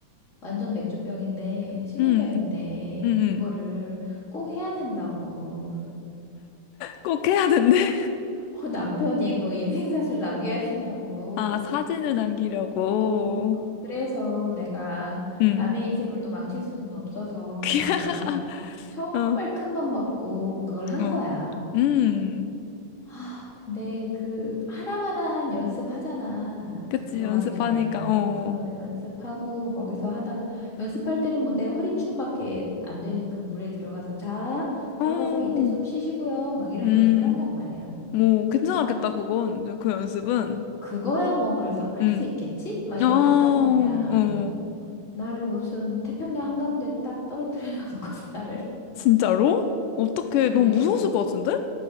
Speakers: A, on the left (about 25°); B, on the left (about 80°).
A: 완전 맥주병인데 신혼여행
B: 응.
A: 때
B: 응. 응.
A: 그거를 꼭 해야 된다고.
B: 꼭 해야 된대.
A: <laughs> 어, 남편이 그 인생사실 남겨야 된다고.
B: <laughs> 아, 사진을 남기려고.
A: 어, 그- 그래서 내가
B: 응.
A: 남의 인생을 또 망칠 수는 없어서
B: <laughs>
A: 내가 정말
B: 어,
A: 큰 맘 먹고 그걸 한
B: 어.
A: 거야.
B: 음.
A: 아, 근데 그 하나마나한 연습하잖아.
B: 그치,
A: 그 들어가기
B: 연습하니까,
A: 전에.
B: 어.
A: 그 연습하고 거기서 하다가 연습할 때는 뭐 내 허리춤밖에 안 되는 그 물에 들어가서 자,
B: 어.
A: 들어가서 이때 숨 쉬시고요. 막 이런
B: 음,
A: 연습을 한단 말이야.
B: 오, 괜찮았겠다,
A: 그-
B: 그건. 그 연습은.
A: 그거야 뭐 그래서 할
B: 음.
A: 수 있겠지? 막 이러고
B: 아, 어.
A: 갔단 말이야. 나를 무슨 태평양 한가운데 딱 떨어뜨려 <laughs> 놓고서 나를.
B: 진짜로? 어떻게,
A: 네.
B: 너무 무서웠을 것 같은데?